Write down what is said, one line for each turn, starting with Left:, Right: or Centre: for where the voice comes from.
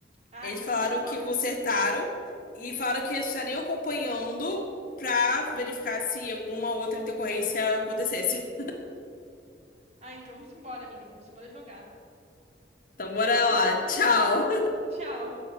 Right: Ah,
Left: Eles
Right: então
Left: falaram
Right: vamos embora.
Left: que consertaram e falaram que estariam acompanhando pra verificar se alguma outra intercorrência acontecesse.
Right: Ah, então vamos embora, amiga, vamos embora jogar.
Left: Então, bora
Right: <laughs>
Left: lá. Tchau.
Right: Tchau.